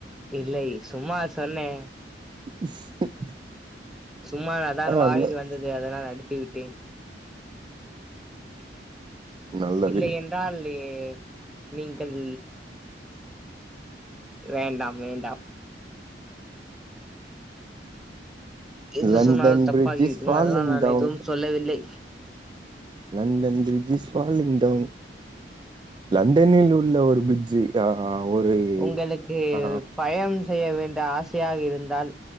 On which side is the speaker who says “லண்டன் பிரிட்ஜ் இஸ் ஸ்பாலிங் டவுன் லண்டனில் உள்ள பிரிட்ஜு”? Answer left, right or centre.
Right